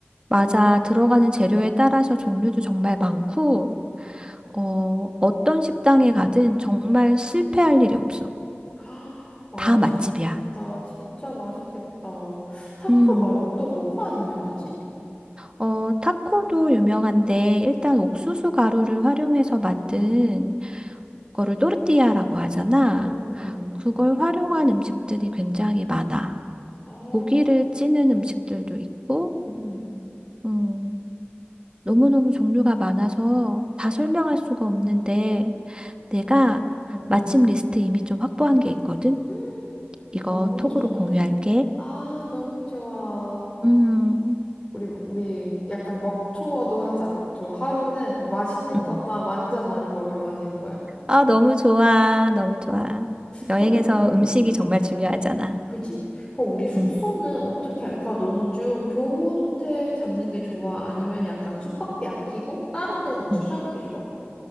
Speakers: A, on the right; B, on the left.
A: 맞아. 들어가는 재료에 따라서 종류도 정말 많고, 어, 어떤 식당에 가든 정말 실패할 일이 없어.
B: 아, 맛있겠다.
A: 다 맛집이야.
B: 진짜 맛있겠다. 타코
A: 음.
B: 말고 또 뭐가 유명하지?
A: 어, 타코도 유명한데 일단 옥수수 가루를 활용해서 만든 거를 또르띠아라고 하잖아.
B: 응, 응, 응.
A: 그걸 활용한 음식들이 굉장히 많아.
B: 어,
A: 고기를 찌는 음식들도 있고,
B: 응, 응,
A: 음, 너무너무 종류가 많아서 다 설명할 수가 없는데 내가
B: 응,
A: 마침 리스트 이미 좀 확보한 게 있거든.
B: 응.
A: 이거
B: 너무
A: 톡으로
B: 좋은데?
A: 공유할게.
B: 아, 너무 좋아.
A: 음,
B: 우리, 우리 약간 먹투어도 하자, 먹투어. 하루는 맛있는 것만
A: 음.
B: 완전 많이 먹으러 다니는 거야.
A: 아, 너무 좋아. 너무 좋아. 여행에서
B: 그럼 우리,
A: 음식이
B: 응,
A: 정말
B: 응.
A: 중요하잖아.
B: 그지? 그럼 우리 숙소는
A: 음.
B: 어떻게 할까? 너는 좀 좋은 호텔 잡는 게 좋아? 아니면 약간 숙박비 아끼고 다른 데 더 투자하는
A: 음.
B: 게 좋아?